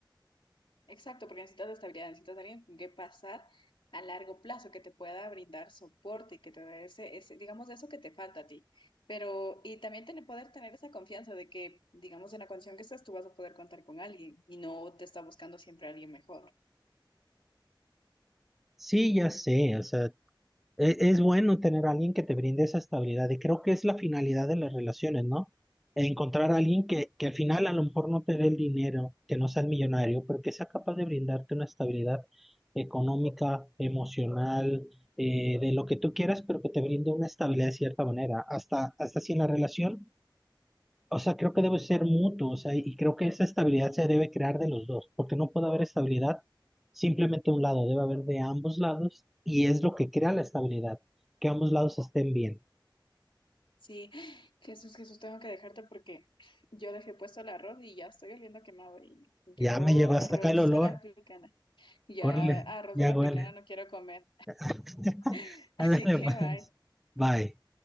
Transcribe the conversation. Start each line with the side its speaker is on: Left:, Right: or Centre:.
Left: Exacto, porque necesitas estabilidad, necesitas alguien con que pasar a largo plazo, que te pueda brindar soporte y que te dé ese, ese, digamos, eso que te falta a ti. Pero, y también tener, poder tener esa confianza de que, digamos, en la condición que estás, tú vas a poder contar con alguien y no te está buscando siempre alguien mejor.
Centre: Sí, ya sé, o sea, E- Es bueno tener a alguien que te brinde esa estabilidad y creo que es la finalidad de las relaciones, ¿no? Encontrar a alguien que, que al final a lo mejor no te dé el dinero, que no sea el millonario, pero que sea capaz de brindarte una estabilidad económica, emocional, eh, de lo que tú quieras, pero que te brinde una estabilidad de cierta manera. Hasta, hasta si en la relación o sea, creo que debe ser mutuo, o sea, y creo que esa estabilidad se debe crear de los dos, porque no puede haber estabilidad simplemente de un lado, debe haber de ambos lados, y es lo que crea la estabilidad, que ambos lados estén bien.
Left: Sí, Jesús, Jesús, tengo que dejarte porque yo dejé puesto el arroz y ya estoy oliendo a quemado y yo
Centre: Ya me llegó
Left: arroz
Centre: hasta acá el olor,
Left: a la africana, ya
Centre: córrele,
Left: arroz
Centre: ya
Left: a la africana
Centre: huele.
Left: no quiero comer,
Centre: <laughs>
Left: <laughs> así
Centre: Ándale,
Left: que
Centre: pues.
Left: bye.
Centre: Bye.